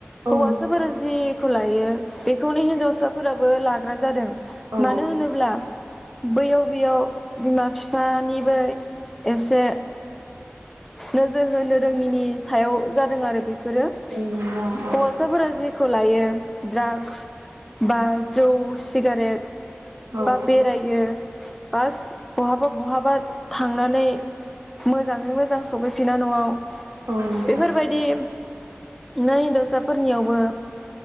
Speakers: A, on the right; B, in the centre.
A: औ
B: हौवसाफोर जि खौ लायो बेखौनो हिनजावसाफोराबो लाग्रा जादों
A: औ
B: मानो होनोब्ला बैयाव बैयाव बिमा बिफानिबो एसे नोजोर होनो रोङिनि सायाव जादों आरो बे फोरो
A: नोंथां औ
B: हौवा साफोरा जेखौ लायो द्राग्स बा जौ सिगारेट
A: औ
B: बा बेरायो बास बहाबा बहाबा थांनानै मोजाङै मोजां सफैफिनो न'आव
A: औ नोंथां
B: बेफोरबायदि नै हिन्जावसाफोरनियावबो